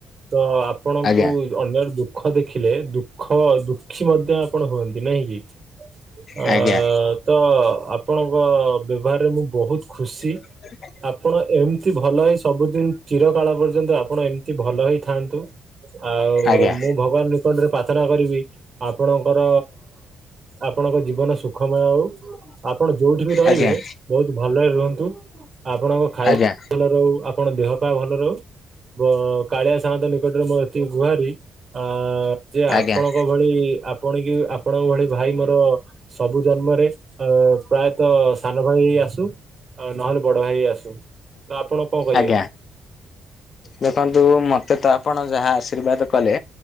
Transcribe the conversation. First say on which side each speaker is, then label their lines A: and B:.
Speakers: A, on the right (about 40°); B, on the left (about 50°).
A: ତ ଆପଣଙ୍କୁ
B: ଆଜ୍ଞା।
A: ଅନ୍ୟର ଦୁଃଖ ଦେଖିଲେ ଦୁଃଖ ଦୁଃଖୀ ମଧ୍ୟ ଆପଣ ହୁଅନ୍ତି ନା କି? ଅ
B: ଆଜ୍ଞା
A: ତ ଆପଣଙ୍କ ବ୍ୟବହାରରେ ମୁଁ ବହୁତ ଖୁସି।।
B: ହ <unintelligible>
A: ଆପଣ ଏମିତି ଭଲ ହେଇ ସବୁଦିନ ଚିର କଳ ପର୍ଯ୍ୟନ୍ତ ଆପଣ ଏମିତି ଭଲ ହେଇଥାଆନ୍ତୁ। ଆଉ
B: ଆଜ୍ଞା
A: ମୁଁ ଭଗବାନ ନିକଟରେ ପ୍ରାର୍ଥନା କରିବି ଆପଣଙ୍କର ଆପଣଙ୍କ ଜୀବନ ସୁଖମୟ ହଉ। ଆପଣ ଯୋଉଠି ବି ରହିବେ
B: ଆଜ୍ଞା
A: ବହୁତ ଭଲରେ ରୁହନ୍ତୁ ଆପଣଙ୍କ ଖାଇବା
B: ଆଜ୍ଞା ଆଜ୍ଞା
A: ଭଲରେ ରହୁ ଆପଣ ଆପଣ ଦେହ ପା ଭଲ ରହୁ, ପ କାଳିଆ ସାହାନ୍ତ ନିକଟରେ ମୁଁ ଏତିକି ଗୁହାରି ଆ ଯେ ଆପଣଙ୍କ
B: ଆଜ୍ଞା
A: ଭଳି ଆପଣ କି ଆପଣଙ୍କ ଭଳି ଭାଇ ମୋର ସବୁ ଜନ୍ମରେ ଅ ପ୍ରାୟତଃ ସାନ ଭାଇ ଆସୁ ଆ ନହେଲେ ବଡ ଭାଇ ଆସୁ। ତ ଆପଣ କଣ କହିବେ?
B: ଆଜ୍ଞା। ଦେଖନ୍ତୁ ମତେ ତ ଆପଣ ଯାହା ଆଶୀର୍ବାଦ କଲେ